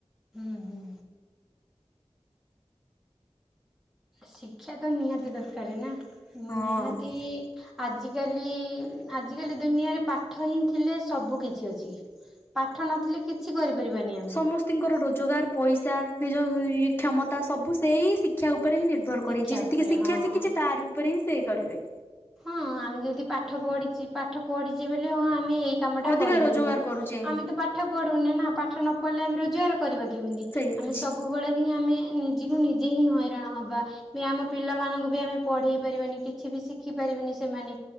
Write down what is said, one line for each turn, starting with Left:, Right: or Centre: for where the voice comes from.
Centre: ହୁଁ ହୁଁ। ଶିକ୍ଷା ତ ନିହାତି ଦରକାରୀ ନା ନିହାତି
Left: ହଁ।
Centre: ଆଜି କାଲି ଆଜିିକାଲି ଦୁନିଆରେ ପାଠ ହିଁ ଥିଲେ ସବୁ କିଛି ଅଛି। ପାଠ ନଥିଲେ କିଛି କରିପାରିବାନି ଆମେ
Left: ସମସ୍ତିଙ୍କର ରୋଜଗାର ପଇସା ନିଜ କ୍ଷମତା ସବୁ ସେଇ ଶିକ୍ଷାକୁ ଉପରେ ହିଁ ନିର୍ଭର କରିଛି
Centre: ଶିକ୍ଷା
Left: ଯେ ଯେତିକି
Centre: ଉପରେ
Left: ଶିକ୍ଷା
Centre: ହଁ
Left: ଶିଖିଛି ତାରି ଉପରେ ହିଁ ସେ କରିବେ
Centre: ହଁ ଆମେ ଯଦି ପାଠ ପଢିଚେ ପାଠ ପଢିଛେ ବୋଲି ହଁ ଆମେ ଏଇ କାମଟା
Left: ଅଧିକା
Centre: କରିପାରିବା।
Left: ରୋଜଗାର କରୁଛେ
Centre: ଆମେ ତ ପାଠ ପଢୁନି ନା ପାଠ ନ ପଢିଲେ ଆମେ ରୋଜଗାର କରିବା କେମିତି
Left: ସେଇଆ
Centre: ଆମେ
Left: ଜି
Centre: ସବୁବେଳେ ହିଁ ଆମେ ନିଜକୁ ନିଜେ ହିଁ ହଇରାଣ ହବା ବି ଆମ ପିଲାମାନଙ୍କୁ ବି ଆମେ ପଢେଇ ପାରିବାନି କିଛି ବି ଶ ଶିଖିପାରିବେନି ସେମାନେ